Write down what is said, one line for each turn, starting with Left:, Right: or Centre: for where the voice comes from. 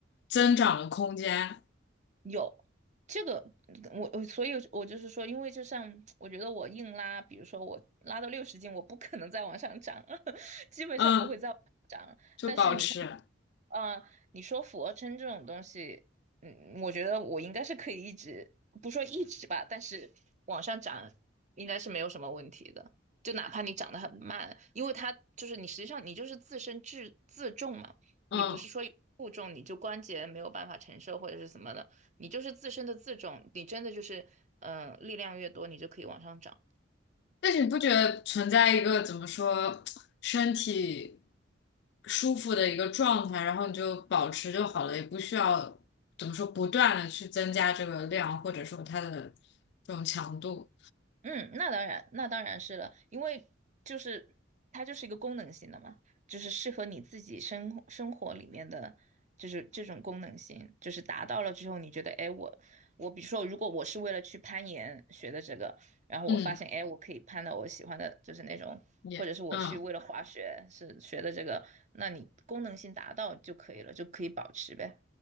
Left: 增长的空间，
Right: 有这个，我我所以，我就是说，因为就像我觉得我硬拉，比如说我拉到六十斤，我不可能再往上涨，<laughs> 基本上不会再往上涨但是你像。
Left: 嗯，就保持，
Right: 嗯，你说俯卧撑这种东西，嗯，我觉得我应该是可以一直，不说一直吧，但是往上涨应该是没有什么问题的。就哪怕你长得很慢，因为它就是你实际上你就是自身自自重嘛，
Left: 嗯。
Right: 你不是说有负重你就关节没有办法承受或者是什么的，你就是自身的自重，你真的就是嗯、呃力量越多，你就可以往上涨。
Left: 但是你不觉得存在一个怎么说，身体舒服的一个状态，然后你就保持就好了，也不需要怎么说不断的去增加这个量，或者说它的这种强度，
Right: 嗯，那当然，那当然是了，因为就是它就是一个功能性的嘛，就是适合你自己生活生活里面的，就是这种功能性，就是达到了之后，你觉得，哎，我我比如说，如果我是为了去攀岩学的这个，然后我发现，
Left: 嗯，
Right: 哎，我可以攀到我喜欢的，就是那种，
Left: 也，
Right: 或者是我去为了滑雪是学的这个，
Left: 嗯。
Right: 那你功能性达到就可以了，就可以保持呗。